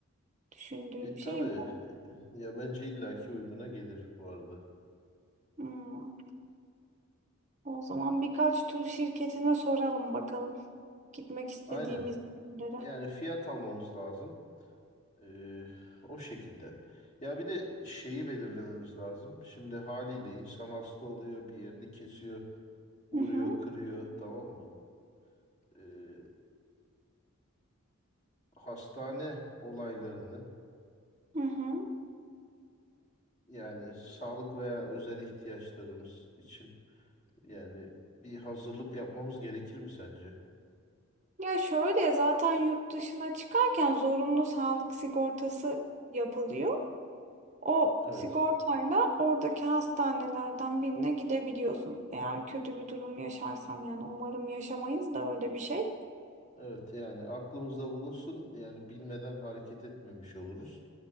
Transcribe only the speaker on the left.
E,
tabii
E, ya bence illaki uyguna gelir bu arada.
Aynen.
Yani fiyat almamız lazım. E, o şekilde. Ya bir de şeyi belirlememiz lazım. Şimdi haliyle insan hasta oluyor, bir yerini kesiyor, vuruyor,
kırıyor, tamam mı? E, hastane olaylarını
yani sağlık veya özel ihtiyaçlarımız için yani bir hazırlık yapmamız gerekir mi sence?
Evet.
Evet yani aklımızda bulunsun yani bilmeden hareket etmemiş oluruz.